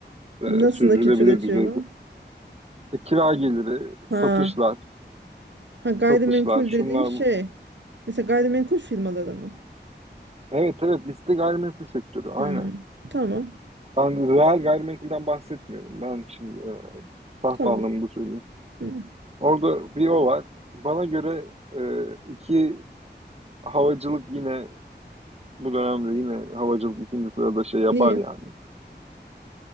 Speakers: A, on the right; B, on the right.
A: e,
B: Nasıl
A: sürdürülebilir
B: nakit üretiyorlar?
A: düzeyde. E, kira geliri,
B: Ha,
A: satışlar,
B: ha gayrimenkul
A: satışlar, şunlar
B: dediğin şey.
A: bu.
B: Mesela gayrimenkul firmaları mı?
A: Evet evet liste gayrimenkul sektörü aynen.
B: Hmm, tamam.
A: Ben reel gayrimenkulden bahsetmiyorum. Ben şimdi e, tahta
B: Tamam.
A: anlamında söyleyeyim.
B: Hmm.
A: Orada bir o var. Bana göre e, iki havacılık yine bu dönemde yine havacılık ikinci sırada şey yapar
B: Niye?
A: yani.